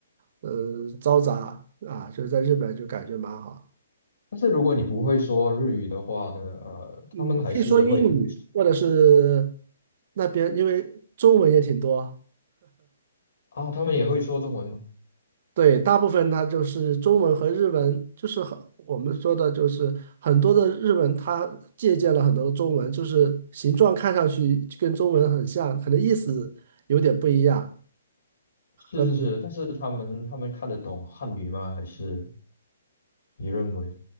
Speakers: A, on the right (about 50°); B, on the left (about 60°).
A: 呃嘈杂啊，就是在日本就感觉蛮好。
B: 但是如果你不会说日语的话呢，呃，
A: 嗯，
B: 他们还是会很
A: 可以说英语，或者是那边因为中文也挺多
B: 啊，他们也会说中文吗？
A: 对，大部分它就是中文和日文，就是很我们说的，就是很多的日文，它借鉴了很多的中文，就是形状看上去就跟中文很像，可能意思有点不一样，
B: 是是是，
A: 和不
B: 但是他们他们看得懂汉语吗？还是你认为